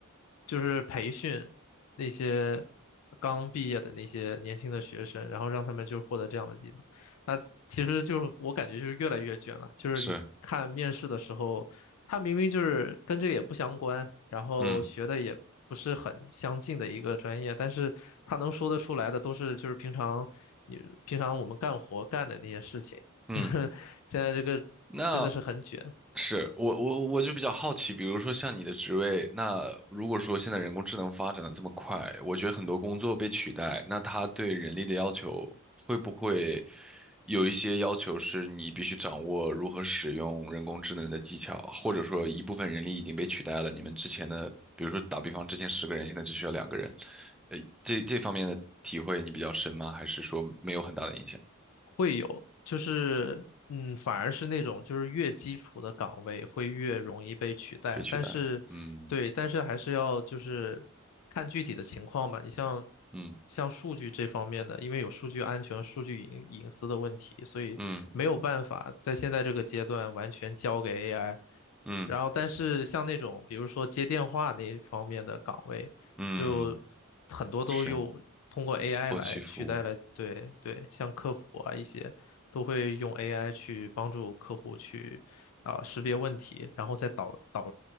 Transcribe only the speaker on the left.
就是培训那些刚毕业的那些年轻的学生，然后让他们就获得这样的技能。那其实就是我感觉就是越来越卷了，就是你看面试的时候。
他明明就是跟这个也不相关，然后学的也不是很相近的一个专业，
但是他能说得出来的都是就是平常你平常我们干活干的那些事情，<laughs>
就是现在这个真的是很卷。
会有，就是嗯，反而是那种就是越基础的岗位会越容易被取代，
但是对，
但是还是要就是看具体的情况吧。你像
像数据这方面的，因为有数据安全、数据隐隐私的问题，所以没有办法在现在这个阶段完全交给
AI。
然后，但是像那种比如说接电话那一方面的岗位。
就很多都用通过
AI
来取代了，对对，像客服啊一些都会用 AI 去帮助客户去啊、识别问题，然后再导导